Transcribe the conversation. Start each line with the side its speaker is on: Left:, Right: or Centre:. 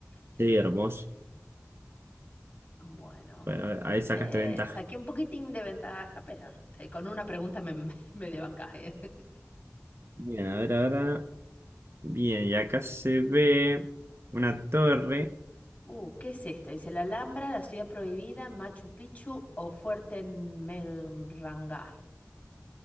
Left: Sí.
Right: Sí, hermoso.
Left: Bueno,
Right: Bueno, ahí sacaste
Left: eh,
Right: ventaja.
Left: saqué un poquitín de ventaja, pero eh, con una pregunta me, <laughs> me me desbancajé. <laughs>
Right: Bien, a ver ahora. Bien, y acá se ve una torre.
Left: Uh, ¿qué es esto? Dice la Alhambra, la ciudad prohibida, Machu Picchu o Fuerte Fuerteventura.